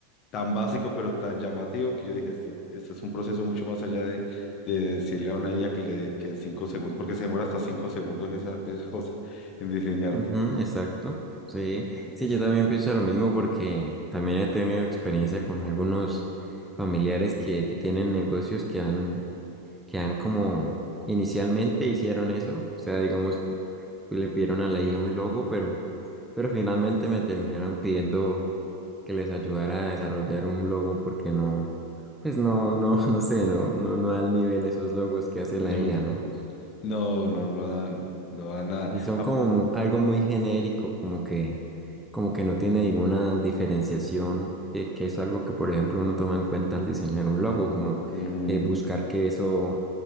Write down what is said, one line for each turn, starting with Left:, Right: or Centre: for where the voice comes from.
Left: tan básico pero tan llamativo que yo dije, esto, esto es un proceso mucho más allá de, de decirle a una IA que, le- que en cinco segundos, porque se demora hasta cinco segundos esa, esa cosa en diseñarte.
Centre: ujú, exacto. Sí,
Left: No,
Centre: sí,
Left: es-
Centre: yo también pienso lo mismo porque también he tenido experiencia con algunos familiares que, que tienen negocios que han, que han como inicialmente hicieron eso. O sea, digamos, y le pidieron a la IA un logo, pero, pero finalmente me terminaron pidiendo que les ayudara a desarrollar un logo porque no, pues no, no, <laughs> no sé, no, no, no al nivel esos logos que hace
Left: no,
Centre: la IA, ¿no?
Left: no, no no lo dan, no dan nada.
Centre: Y son
Left: Ah,
Centre: como mu- algo muy genérico, como que, como que no tiene ninguna diferenciación, que, que es algo que, por ejemplo, uno toma en cuenta al diseñar un logo,
Left: ujú,
Centre: como
Left: ujú.
Centre: eh, buscar que eso